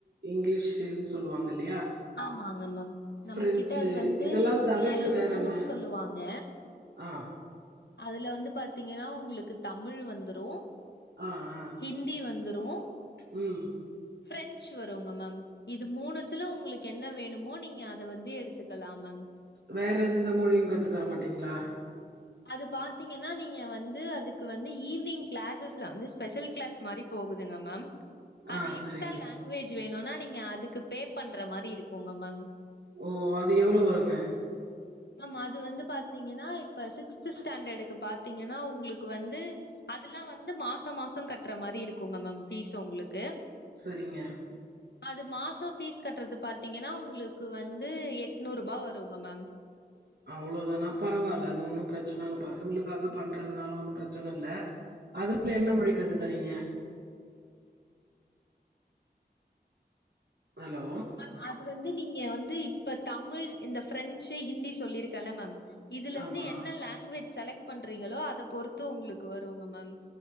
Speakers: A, on the right (about 70°); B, on the left (about 75°).
A: இங்கிலீஷுன்னு சொல்லுவாங்க இல்லையா
B: ஆமாங்க மம் நம்ம
A: பிரெஞ்சு
B: கிட்ட அது வந்து
A: இதெல்லா தவிர்த்து
B: எல்
A: வேற
B: டூனு
A: என்ன
B: சொல்லுவாங்க
A: ஆ
B: அதுல வந்து பாத்தீங்கன்னா உங்குளுக்கு தமிழ் வந்துரோ
A: ஆ ஆ
B: ஹிந்தி வந்துரு
A: ம்
B: பிரெஞ்ச் வரும்வுங்க மம் இது மூணுத்துல உங்குளுக்கு என்ன வேணுமோ நீங்க அத வந்து எடுத்துக்கலா மேம்
A: வேற எந்த மொழியு கத்து தர மாட்டீங்ளா
B: அது பாத்தீங்கன்னா நீங்க வந்து அதுக்கு வந்து ஈவினிங் கிளாஸஸ்ல வந்து ஸ்பெஷல் கிளாஸ் மாரி போகுதுங்க மம்
A: ஆ
B: அது எக்ஸ்ட்ரா
A: சரிங்க
B: லாங்குவேஜ் வேணோனா நீங்க அதுக்கு பே பண்ற மாரி இருக்கோங்க மேம்
A: ஓ அது எவ்வளோ வருங்க
B: மம் அது வந்து பாத்தீங்கன்னா இப் இப்ப சிக்ஸ்த்து ஸ்டண்டடுக்கு பாத்தீங்கன்னா உங்களுக்கு வந்து அதுல்லா வந்து மாசோ மாசோ கட்டுற மாரி இருக்குங்க மம் பீஸ் உங்களுக்கு
A: செரிங்க
B: அது மாசோ ஃபீஸ் கட்டுறது பாத்தீங்கன்னா உங்குளுக்கு வந்து எட்நூறுபா வருங்க மேம்
A: அவ்வளோதானா பரவால்ல அது ஒன்னு ப்ரச்சன இல்ல பசங்களுக்காக பண்றதுனால ஒன்னு ப்ரச்சன இல்ல அதுல
B: ம்
A: என்ன மொழி கத்து தரீங்க ஹலோ
B: மேம் அது வந்து நீங்க வந்து இப்ப தமிழ் இந்த ஃபிரெஞ்சு ஹிந்தி சொல்லியிருக்கல்ல மேம் இதுலந்து
A: ஆமா
B: என்ன லங்குவேஜ் செலெக்ட் பண்றீங்களோ அத பொறுத்து உங்களுக்கு வருங்க மம்